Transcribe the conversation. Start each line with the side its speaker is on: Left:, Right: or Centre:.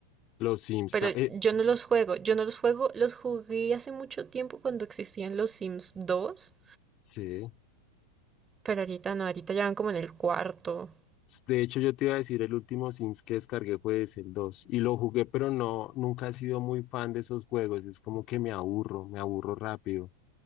Left: Los Sims
Right: Pero
Left: también.
Right: yo no los juego, yo no los juego, los jugué hace mucho tiempo cuando existían los Sims 2,
Left: sí.
Right: pero ahorita no, ahorita ya van como en el cuarto.
Left: De hecho, yo te iba a decir, el último Sims que descargué fue ese, el dos Y lo jugué, pero no, nunca he sido muy fan de esos juegos. Es como que me aburro, me aburro rápido.